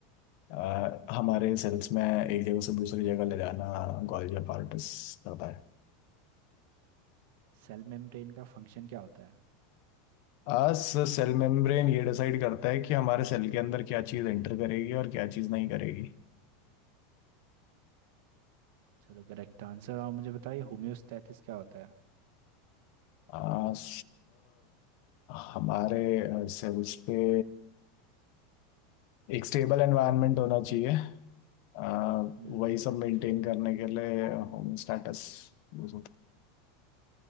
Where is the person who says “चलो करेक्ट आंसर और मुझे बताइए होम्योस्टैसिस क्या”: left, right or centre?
Right